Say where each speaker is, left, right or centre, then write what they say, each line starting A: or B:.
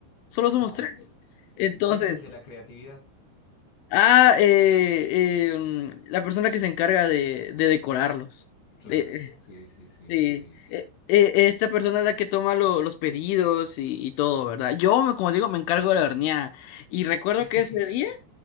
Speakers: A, on the left; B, on the left.
A: solo
B: Wow.
A: somos tres.
B: ¿Y
A: Entonces,
B: y quién es el de la creatividad?
A: ah, eh, eh, mm, la persona que se encarga de, de decorarlos,
B: Claro,
A: de,
B: sí, sí, sí,
A: de-
B: sí.
A: eh, eh, esta persona es la que toma lo- los pedidos y, y todo, ¿verdad? Yo, me- como digo, me encargo de la horneada y recuerdo
B: <laughs>
A: que ese día,